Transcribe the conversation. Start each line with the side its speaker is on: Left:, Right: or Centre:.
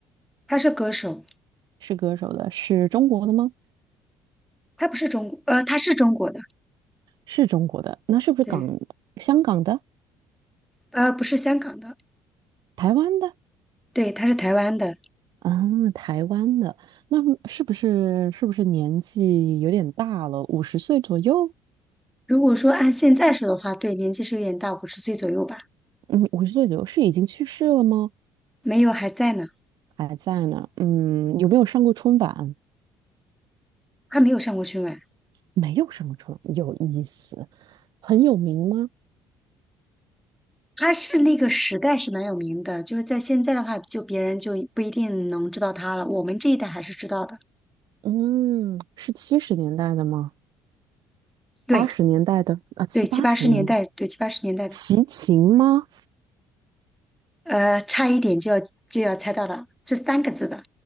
Centre: 他是歌手，
Right: 是歌手的，是中国的吗？
Centre: 他不是中国，呃，他是中国的，
Right: 是中国的，那是不是港、
Centre: 对，
Right: 香港的、
Centre: 呃，不是香港的，
Right: 台湾的？
Centre: 对，他是台湾的。
Right: 啊，台湾的，那么是不是是不是年纪有点大了？五十岁左右？
Centre: 如果说按现在说的话，对，年纪是有点大，五十岁左右吧。
Right: 嗯，五十岁左右是已经去世了吗？
Centre: 没有，还在呢，
Right: 还在呢？嗯，有没有上过春晚？
Centre: 他没有上过春晚，
Right: 没有上过春晚，有意思。很有名吗？
Centre: 他是那个时代是蛮有名的，就是在现在的话，就别人就不一定能知道他了，我们这一代还是知道的。
Right: 嗯，是七十年代的吗？
Centre: 对
Right: 八十年代的啊，七八十年代，
Centre: 对，七八十年代，对七八十年代的，
Right: 齐秦吗？
Centre: 呃，差一点就要就要猜到了，这三个字的。